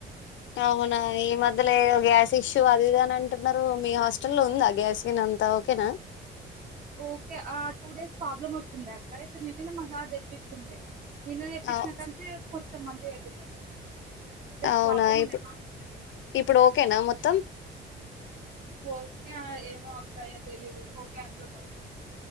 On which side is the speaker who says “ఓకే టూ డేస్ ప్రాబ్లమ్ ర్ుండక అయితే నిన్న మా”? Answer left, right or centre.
Right